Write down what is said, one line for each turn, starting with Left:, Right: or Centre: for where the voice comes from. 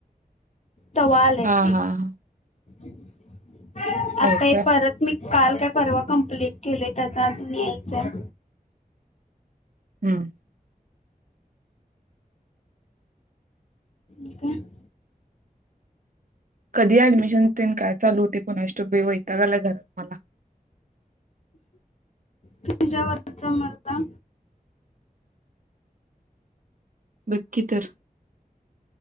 Left: तवा आल्यात
Right: हा
Left: ती.
Right: हा हा
Left: <unintelligible> आता
Right: होय
Left: हे
Right: काय
Left: परत मी काल काय परवा कम्प्लीट केलंय त्याचा अजून यायचंय.
Right: हम्म.
Left: इका <unintelligible>
Right: कधी ऍडमिशन ते काय चालूते कोण कोणास ठाऊक वैताग आला घरात मला.
Left: तुझ्यावरचा मला
Right: बघ की तर